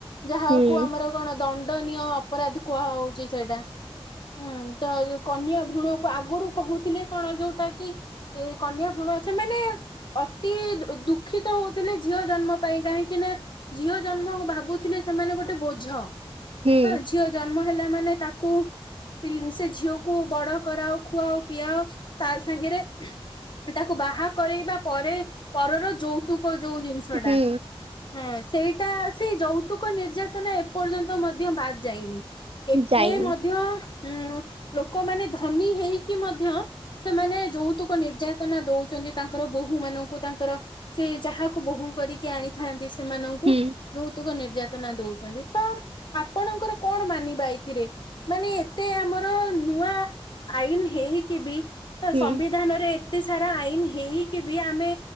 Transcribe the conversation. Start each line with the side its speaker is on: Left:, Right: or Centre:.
Left: ଯାହାକୁ
Right: ହୁଁ
Left: ଆମର କଣ ଦଣ୍ଡନୀୟ ଅପରାଧ କୁହା ହଉଛି ସେଇଟା। ହୁଁ, ତ ଯୋଉ କନ୍ୟା ଭୃଣ କୁ ଆଗରୁ କହୁଥିଲେ କଣ ଯୋଉଟା କି ଏଇ କନ୍ୟା ଭ୍ରୁଣ ସେମାନେ ଅତି ଦୁଃଖିତ ହଉଥିଲେ ଝିଅ ଜନ୍ମ ପାଇଁ କାହିଁକି ନା ଝିଅ ଜନ୍ମ ଭାବୁଥିଲେ ସେମାନେ ଗୋଟେ ବୋଝ।
Right: ହୁଁ
Left: ହଁ ଝିଅ ଜନ୍ମ ହେଲା ମାନେ ତାକୁ ପିଲ୍ ସେ ଝିଅକୁୁ ବଡ କରାଅ ଖୁଆଅ ପିଆଅ ତା ସାଙ୍ଗରେ ଓ ତାକୁ ବାହା କରେଇବା ପରେ ପରର ଯୌତୁକ ଯୋଉ ଜିନି ଷଟା
Right: ହୁଁ
Left: ହଁ ସେଇ ତା ସେଇ ଯୌତୁକ ନିର୍ଯାତନା ଏପର୍ଯ୍ୟନ୍ତ ମଧ୍ୟ ବାଦ୍ ଯାଇନି। ଏତେ
Right: ଯାଇନି
Left: ମଧ୍ୟ ହୁଁ, ଲୋକମାନେ ଧନୀ ହେଇକି ମଧ୍ୟ ସେମାନେ ଯୌତୁକ ନିର୍ଯାତନା ଦଉଛନ୍ତି ତାଙ୍କର ବୋହୂ ମାନଙ୍କୁ, ତାଙ୍କର ସେ ଯାହାକୁ ବୋହୂ କରିକି ଆଣିଥାନ୍ତି ସେମାନଙ୍କୁ
Right: ହୁଁ
Left: ଯୌତୁକ ନିର୍ଯାତନା ଦଉଛନ୍ତି। ତ ଆପଣଙ୍କର କଣ ମାନିବା ଏଇଥିରେ? ମାନେ ଏତେ ଆମର ନୂଆ ଆଇନ ହେଇକି ବି ତ
Right: ହୁଁ।
Left: ସମ୍ବିଧାନରେ ଏତେ ସାରା ଆଇନ ହେଇକି ବି ଆମେ